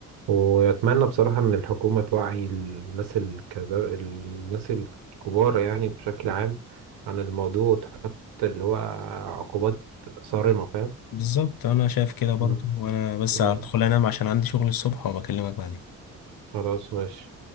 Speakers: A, on the right; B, on the left.
A: واتمنى بصراحة ان الحكومة توعي الناس الكبار الناس الكبار يعني بشكل عام عن الموضوع وتحط اللي هو عقوبات صارمة فاهم
B: بالظبط انا شايف كده برضو
A: مم.
B: وانا بس
A: مم.
B: هدخل انام عشان عندي شغل الصبح وبكلمك بعدين
A: خلاص ماشي